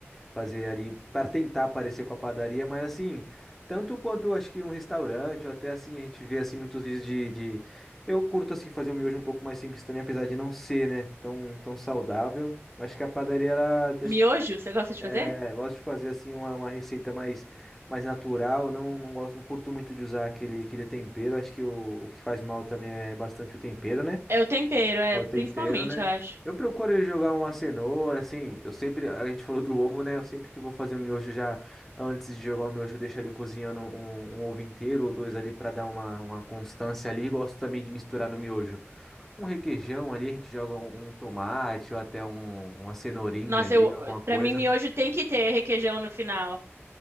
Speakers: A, in the centre; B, on the right (about 65°).
A: fazer ali para tentar parecer com a padaria, mas assim, tanto quanto acho que um restaurante, ou até assim, a gente vê assim muitos vídeos de, de... Eu curto assim fazer um miojo um pouco mais simples também, apesar de não ser, né, tão, tão saudável. Acho que a padaria, ela, acho
B: Miojo,
A: que
B: você gosta de
A: é,
B: fazer?
A: eu gosto de fazer assim uma, uma receita mais, mais natural, não, não gosto, não curto muito de usar aquele, aquele tempero, acho que o, o que faz mal também é bastante o tempero, né?
B: É o tempero, é
A: É o
B: principalmente,
A: tempero, né?
B: eu acho.
A: Eu procuro jogar uma cenoura, assim, eu sempre, a gente falou do ovo, né? Eu sempre que vou fazer um miojo já, antes de jogar o miojo, eu deixo ali cozinhando um, um ovo inteiro ou dois ali pra dar uma, uma constância ali. Gosto também de misturar no miojo um requeijão ali, a gente joga um, um tomate ou até um- uma cenourinha
B: Nossa,
A: ali,
B: eu,
A: alguma coisa.
B: pra mim, miojo tem que ter requeijão no final.